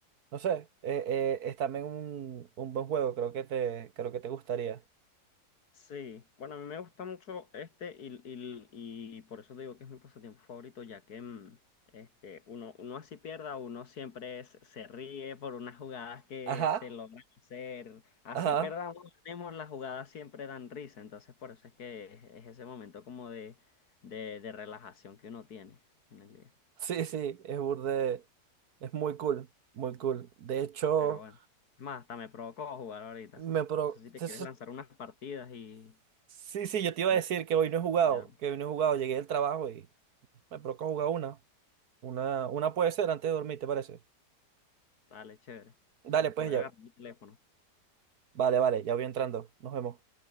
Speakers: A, on the right; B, on the left.
A: No sé, eh, eh, es también un, un buen juego, creo que te, creo que te gustaría.
B: Sí, bueno, a mí me gusta mucho este y, y- y por eso te digo que es mi pasatiempo favorito, ya que mm, este, uno, uno así pierda, uno siempre se se ríe por unas jugadas que
A: Ajá,
B: se logran hacer. Así
A: ajá.
B: perdamos, tenemos las jugadas siempre dan risa, entonces por eso es que es, es ese momento como de, de, de relajación que uno tiene en el día.
A: Sí, sí, es burde, es muy cool, muy cool. De hecho,
B: Pero bueno, es más, hasta me provocó jugar ahorita.
A: me pro...
B: No sé si te
A: eso-
B: quieres lanzar unas partidas y...
A: Sí, sí, yo te iba
B: y
A: a decir que hoy no he jugado,
B: le damos.
A: que hoy no he jugado, llegué del trabajo y me provoca jugar una. Una, una puede ser antes de dormir, ¿te parece?
B: Dale, chévere. Entonces,
A: Dale, pues
B: Voy
A: ya.
B: a agarrar mi teléfono.
A: Vale, vale, ya voy entrando. Nos vemos.